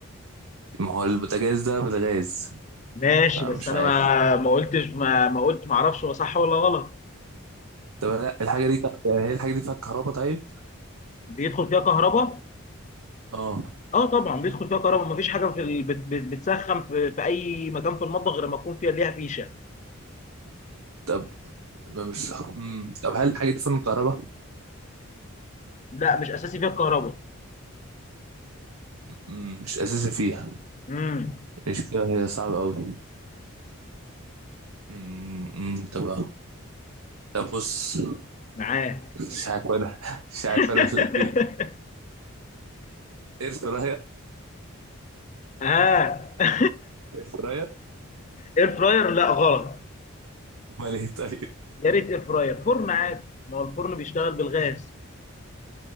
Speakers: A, on the right; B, on the left.
A: ما هو البوتاجاز ده بالغاز
B: ماشي
A: فمش
B: بس انا
A: عارف
B: ما ما قلتش ما ما قلت ما اعرفش هو صح ولا غلط
A: طب لا الحاجة دي يعني هي الحاجة دي فيها كهرباء طيب
B: بيدخل فيها كهرباء
A: اه
B: اه طبعا بيدخل فيها كهرباء مفيش حاجه في ال... بت... بت... بتسخن في... في اي مكان في المطبخ غير ما يكون فيها ليها فيشه
A: طب ما مش مم. طب هل الحاجة دي فن كهرباء
B: لا مش اساسي فيها الكهرباء
A: مم، مش اساسي فيها
B: امم
A: المشكله هي صعبه قوي مم، مم، طب طب بص
B: معاه
A: مش عارف انا مش عارف
B: <laughs>
A: انا اقول لك ايه اير فراير
B: اه <laughs>
A: اير فراير
B: اير فراير لا غلط
A: امال ايه طيب
B: يا ريت اير فراير فرن عادي ما هو الفرن بيشتغل بالغاز